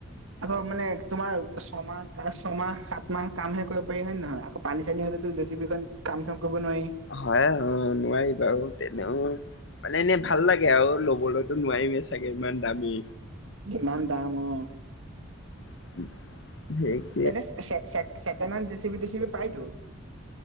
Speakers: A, on the right; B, on the left.
A: আকৌ মানে তোমাৰ ছমাহ ছয়মাহ সাত মাহ কামহে কৰিব পাৰি হয় নে নহয়। আকৌ পানী-চানী হ'লেতো জে চি বি কাম-চাম কৰিব নোৱাৰি।
B: হয় হয় নোৱাৰি বাৰু তেনেও মানে এনে ভাল লাগে আৰু ল'বলৈতো নোৱাৰিমেই চাগে ইমান দামী।
A: ইমান দাম অ।
B: <unintelligible>
A: এনে চে চে চেকেণ্ড হেণ্ড জেচিপি-তিচিপি পায় টো।